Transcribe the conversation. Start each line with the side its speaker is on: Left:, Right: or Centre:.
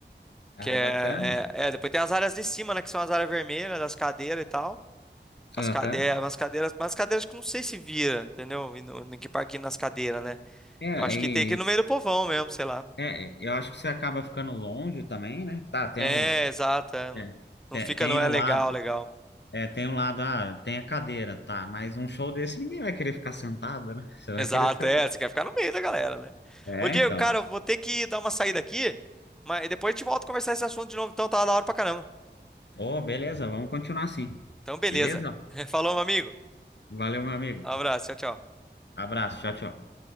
Left: é
Centre: Que é,
Left: bacana.
Centre: é, é, depois tem as áreas de cima, né? Que são as áreas vermelhas, das cadeiras e tal. As
Left: Aham.
Centre: cadeiras, as cadeiras, mas as cadeiras que eu não sei se vira, entendeu? E no, no, que parquinho nas cadeiras, né?
Left: É,
Centre: Eu acho
Left: e
Centre: que tem que ir no meio do povão mesmo, sei lá.
Left: é, eu acho que você acaba ficando longe também, né? Tá, tem
Centre: É,
Left: o,
Centre: exato. é, não,
Left: é,
Centre: não
Left: te-
Centre: fica,
Left: tem,
Centre: não é
Left: o
Centre: legal,
Left: lado.
Centre: legal.
Left: É, tem um lado, ah, tem a cadeira, tá, mas um show desse ninguém vai querer ficar sentado, né? Você vai
Centre: Exato,
Left: querer ficar.
Centre: é.
Left: de-
Centre: Você quer ficar no meio da galera, né?
Left: É,
Centre: Ô, Diego,
Left: então.
Centre: cara, eu vou ter que dar uma saída aqui, mas depois a gente volta a conversar esse assunto de novo, então tá da hora pra caramba.
Left: Ô, beleza, vamos continuar assim.
Centre: Então, beleza.
Left: Beleza?
Centre: <laughs> Falou, meu amigo.
Left: Valeu, meu amigo.
Centre: Um abraço, tchau, tchau.
Left: Abraço, tchau, tchau.